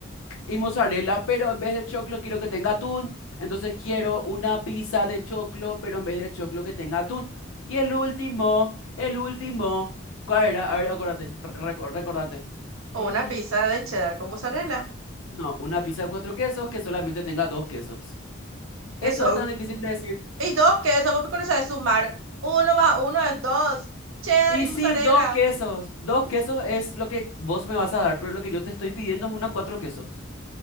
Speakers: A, on the left (about 85°); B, on the right (about 80°).
A: y mozzarella, pero en vez de choclo quiero que tenga atún. Entonces quiero una pizza de choclo, pero en vez de choclo que tenga atún. Y el último, el último, ¿cuál era? A ver,
B: <laughs>
A: acuérdate, re- reco- recordate. Ujú.
B: O una pizza de cheddar con mozzarella.
A: No, una pizza de cuatro quesos que solamente tenga dos quesos.
B: Que
A: Eso
B: son.
A: es tan difícil de decir.
B: Y dos, que eso vos no sabes sumar. Uno más uno es dos. Cheddar
A: Y
B: y
A: sí,
B: mozzarella.
A: dos quesos. Dos
B: <laughs>
A: quesos es lo que vos me vas a dar, pero lo que yo te estoy pidiendo es una cuatro quesos.